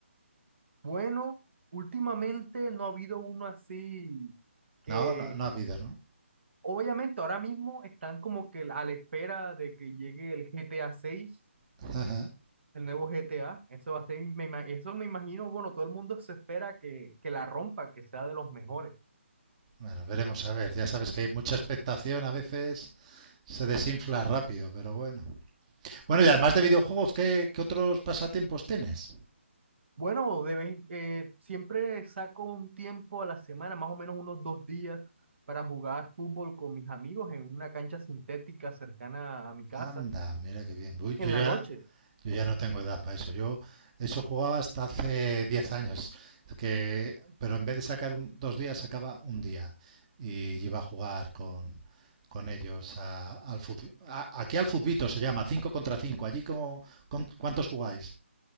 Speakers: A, on the right; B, on the right.
A: bueno, últimamente no ha habido uno así que,
B: No, no, no ha habido, ¿no?
A: obviamente, ahora mismo están como que a la espera de que llegue el GTA 6
B: <laughs> Ajá.
A: El nuevo GTA, eso va a ser, me ima- eso me imagino, bueno, todo el mundo se espera que, que la rompa, que sea de los mejores.
B: Bueno, veremos a ver. Ya sabes que hay mucha expectación, a veces se desinfla rápido, pero bueno. Bueno, y además de videojuegos, ¿qué, qué otros pasatiempos tienes?
A: Bueno, de vez- eh, siempre saco un tiempo a la semana, más o menos unos dos días, para jugar fútbol con mis amigos en una cancha sintética cercana a mi casa,
B: Anda, mira qué bien. Uy, yo
A: en
B: ya,
A: la noche.
B: yo ya no tengo edad para eso. Yo eso jugaba hasta hace diez años, Es que, pero en vez de sacar un- dos días, sacaba un día y iba a jugar con, con ellos a- al fut- a- aquí al futbito se llama, cinco contra cinco Allí como, con- ¿cuántos jugáis?